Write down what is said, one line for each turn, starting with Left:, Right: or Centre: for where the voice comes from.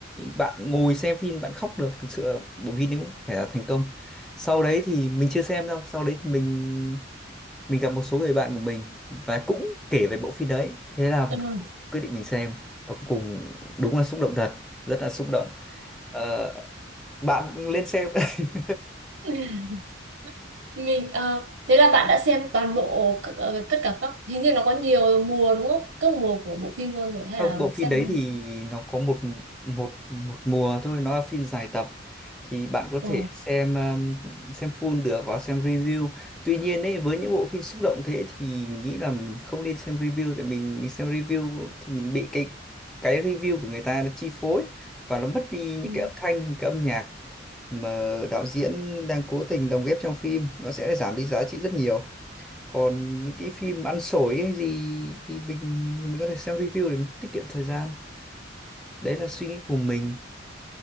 Centre: bạn ngồi xem phim bạn khóc được thực sự bộ phim đấy cũng phải là thành công sau đấy thì mình chưa xem đâu sau đấy thì mình mình gặp một số người bạn của mình và cũng kể về bộ phim đấy thế là
Right: Ừ.
Centre: cũng quyết định mình xem và cuối cùng đúng là xúc động thật rất là xúc động Ờ, bạn lên xem <laughs>
Right: <laughs> mình ờ, thế là bạn đã xem toàn bộ các- ờ, tất cả các hình như nó có nhiều mùa đúng không các mùa của bộ phim luôn rồi hay
Centre: Không,
Right: là
Centre: bộ phim
Right: xem
Centre: đấy thì nó có một một một mùa thôi, nó là phim dài tập thì bạn có
Right: ờ,
Centre: thể xem um, xem full được và xem review. Tuy nhiên ấy với những bộ phim xúc động thế thì mình nghĩ là mình không nên xem review tại mình mình xem review thì mình bị cái cái review của người ta nó chi phối và nó mất đi những
Right: ừ.
Centre: cái âm thanh, cái âm nhạc mà đạo diễn đang cố tình lồng ghép trong phim, nó sẽ giảm đi giá trị rất nhiều còn những cái phim ăn xổi hay gì thì mình mình có thể xem review để mình tiết kiệm thời gian đấy là suy nghĩ của mình